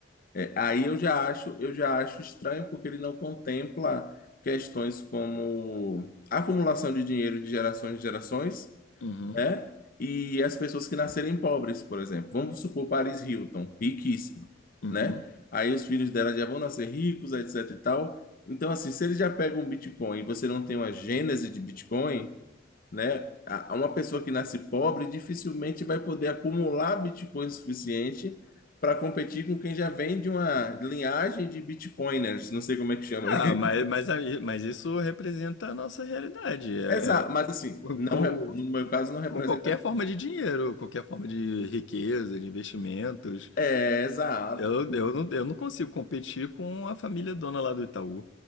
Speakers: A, on the left (about 45°); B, on the left (about 70°).
A: é, aí eu já acho, eu já acho estranho porque ele não contempla questões como acumulação de dinheiro de gerações em gerações
B: Uhum,
A: né? E as pessoas que nascerem pobres, por exemplo. Vamos supor Paris Hilton, riquíssima,
B: uhum.
A: né? Aí os filhos dela já vão nascer ricos, etc e tal. Então, assim, se eles já pegam um Bitcoin e você não tem uma gênese de Bitcoin, né? a- Uma pessoa que nasce pobre dificilmente vai poder acumular Bitcoin suficiente para competir com quem já vem de uma linhagem de Bitcoiners, não sei como é que chama.
B: Ah,
A: <laughs>
B: mas, mas, aí- mas isso representa a nossa realidade. É-
A: Exato,
B: é-
A: mas assim, não,
B: com,
A: re- no meu caso não representa.
B: com qualquer forma de dinheiro, qualquer forma de riqueza, de investimentos.
A: É, exato.
B: Eu, eu, não, eu não consigo competir com a família dona lá do Itaú.